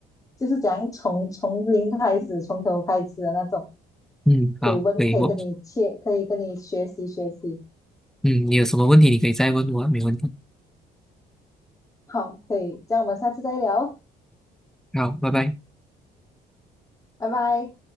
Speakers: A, on the left; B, in the centre.
A: 就是怎样从从零开始，从头开始的那种，
B: 嗯，
A: 可以问，
B: 好，可以，
A: 可以跟你切，
B: 我。
A: 可以跟你学习学习。
B: 嗯，你有什么问题你可以再问我啊没问题。
A: 好，可以，这样我们下次再聊哦，
B: 好，拜拜。
A: 拜拜。